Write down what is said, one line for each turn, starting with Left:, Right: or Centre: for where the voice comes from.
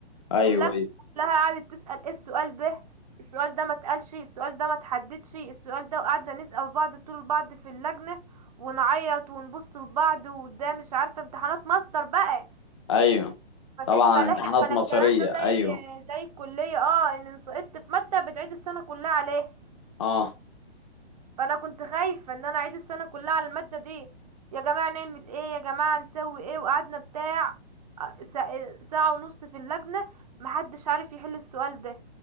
Left: ايوه
Right: اللجنة
Left: ايوه
Right: كلها قعدت تسأل ايه السؤال ده السؤال ده ما اتقالش السؤال ده ما اتحددش السؤال ده وقعدنا نسأل بعض طول بعض في اللجنة ونعيط ونبص لبعض وده مش عارفة امتحانات ماستر بقى
Left: ايوه
Right: مفيش
Left: طبعا
Right: ملاحق
Left: امتحانات
Right: ولا
Left: مصيرية
Right: الكلام ده زي
Left: ايوه
Right: زي الكلية اه ان سقطت في مادة بتعيد السنة كلها عليها
Left: اه
Right: فانا كنت خايفه ان انا اعيد السنه كلها على الماده دي يا جماعه نعمل ايه يا جماعه نسوي ايه وقعدنا بتاع آه، سا- ساعه ونص في اللجنه محدش عارف يحل السؤال ده